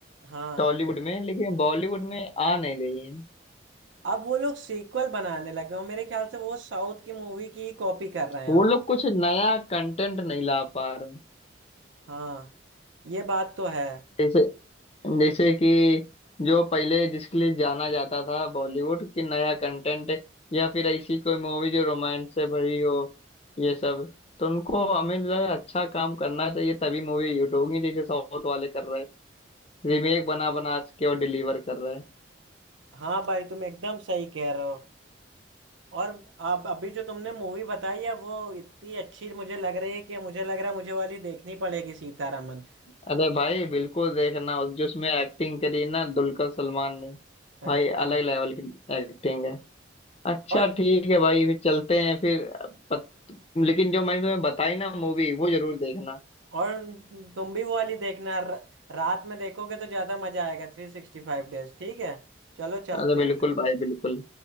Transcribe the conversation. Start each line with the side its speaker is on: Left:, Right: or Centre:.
Right: हाँ
Left: टॉलीवुड में लेकिन बॉलीवुड में आ नहीं रही हैं
Right: अब वो लोग सीक्वल बनाने लगे हो मेरे ख्याल से वो साउथ की मूवी की ही कॉपी कर रहे हैं
Left: वो
Right: अब
Left: लोग कुछ नया कंटेंट नहीं ला पा रहे
Right: हाँ ये बात तो है
Left: जैसे जैसे कि जो पहले जिसके लिए जाना जाता था बॉलीवुड की नया कंटेंट या फिर ऐसी कोई मूवी जो रोमांस से भरी हो ये सब तो उनको हमें लगा अच्छा काम करना चाहिए तभी मूवी हिट होगी जैसे साउथ वाले कर रहे हैं रीमेक बना बना के और डिलीवर कर रहे हैं
Right: हाँ भाई तुम एकदम सही कह रहे हो और आप अभी जो तुमने मूवी बताई है वो इतनी अच्छी मुझे लग रही है कि मुझे लग रहा है मुझे वाली देखनी पड़ेगी सीतारामन
Left: अरे भाई बिल्कुल देखना उस जिसमें एक्टिंग करी ना दुलकर सलमान ने
Right: अच्छा
Left: भाई अलग लेवल की एक्टिंग है अच्छा
Right: और
Left: ठीक है भाई फिर चलते हैं फिर पत... लेकिन जो मैंने तुम्हें बताई ना मूवी वो जरूर देखना
Right: और तुम भी वो वाली देखना र, रात में देखोगे तो ज्यादा मजा आएगा थ्री सिक्सटी फाइव डेज ठीक है चलो चलते
Left: अरे बिल्कुल
Right: हैं फिर
Left: भाई बिल्कुल